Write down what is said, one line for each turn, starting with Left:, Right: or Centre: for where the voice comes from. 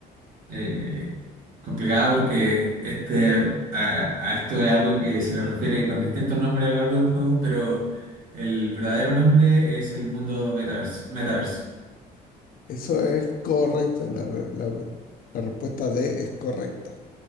Right: eh, complicada porque este, a, a esto es algo que se le refiere con distintos nombres a lo largo del juego, pero el verdadero nombre es el mundo betaverso- metaverso.
Left: Eso es correcto. La, re- la- la respuesta D es correcta.